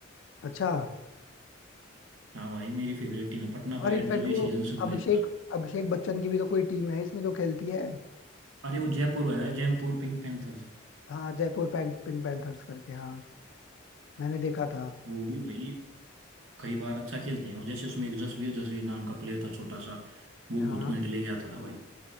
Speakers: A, on the left; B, on the right.
A: अच्छा
B: हाँ भाई मेरी फेवरेट टीम है पटना
A: और
B: पायरेट
A: इनफैक्ट
B: जब ये
A: वो
B: सीजन शुरू हुए
A: अभिषेक
B: थे ना
A: अभिषेक बच्चन की भी तो कोई टीम है इसमें जो खेलती है
B: अरे वो जयपुर है जयपुर पिंक पैंथर्स
A: हाँ जयपुर पैं, पिंक पैंथर्स करके हाँ मैंने देखा था
B: वो भी भाई कई बार अच्छा खेलते हैं वो जैसे उसमें एक जसवीर जसवीर नाम का प्लेयर था छोटा सा वो
A: हाँ
B: बहुत पॉइंट लेके आता था भाई